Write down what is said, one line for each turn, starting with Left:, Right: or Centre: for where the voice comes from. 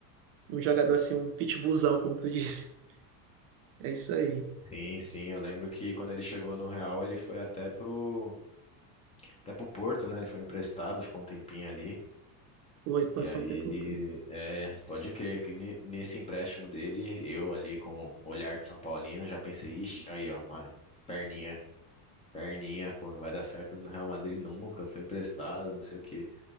Right: um, um jogador assim, um pitbullzão, como tu <laughs> disse. É isso aí.
Left: Sim, sim, eu lembro que quando ele chegou no Real, ele foi até pro, até pro Porto, né? Ele foi emprestado, ficou um tempinho ali.
Right: Pô, ele passou
Left: E aí
Right: um tempo
Left: ele,
Right: no clube.
Left: é, pode crer que ne- nesse empréstimo dele, eu ali com o olhar de São Paulino, já pensei, ixi, aí ó, uma perninha Perninha, pô, não vai dar certo no Real Madrid nunca, foi emprestado, não sei o quê.